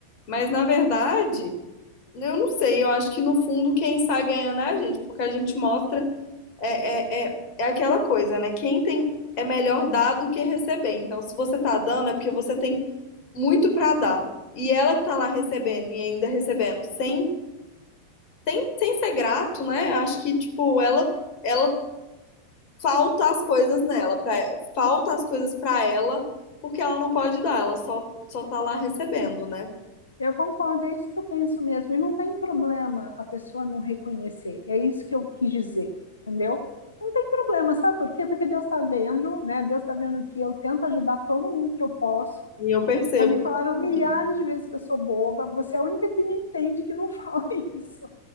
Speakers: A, on the left; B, on the left.
A: Mas na verdade, eu não sei, eu acho que no fundo quem sai ganhando é a gente, porque a gente mostra é, é, é, é aquela coisa, né? Quem tem é melhor dar do que receber. Então, se você tá dando, é porque você tem muito para dar. E ela que tá lá recebendo e ainda recebendo sem sem, sem ser grato, né? Acho que, tipo, ela, ela falta as coisas nela, pra, falta as coisas pra ela, porque ela não pode dar, ela só, só tá lá recebendo, né?
B: Eu concordo, é isso que eu penso mesmo. E não tem problema a pessoa não reconhecer. É isso que eu quis dizer, entendeu? Não tem problema, sabe por quê? Porque Deus está vendo, né? Deus está vendo que eu tento ajudar todo mundo que eu posso.
A: E eu percebo
B: Já me falaram
A: isso muito.
B: milhares de vezes que eu sou boba. Você é a única que me entende que não fala <laughs> isso.